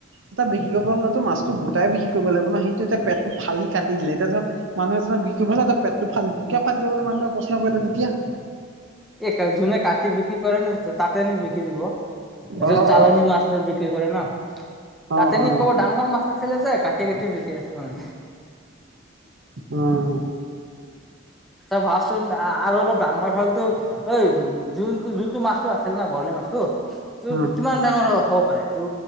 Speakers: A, on the right (about 70°); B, in the centre.
A: এটা বিক্ৰী কৰিব হ'লেতো মাছটো গোট বিক্ৰী কৰিব লাগিব ন সিটো এতিয়া পেটটো ফালি কাটি দিলে এতিয়া ধৰক মানুহ এজনক বিক্ৰি কৰিবলে এটা পেট ফালি দিলে, কিয় ফালিছ বোলি মানুহটোৱে প্ৰশ্ন কৰিলে তেতিয়া?
B: এই যোনে কাটি বিক্ৰী কৰে ন তাতে নি বিকি দিব।
A: অ
B: যত চালানী
A: অ
B: মাছ বিক্ৰী কৰে ন
A: অ
B: তাতে
A: অ
B: নি কব ডাঙৰ মাছ আছিলে যে কা কাটি কাটি বিকি আছো মানে।
A: উম।
B: তই ভাবচোন আৰু অলপ ডাঙৰ হলতো ঐ যোনটো যোনটো মাছটো আছিল না বৰালি মাছটো টো
A: অ,
B: কিমান ডাঙৰ হ'ব পাৰে? এইটো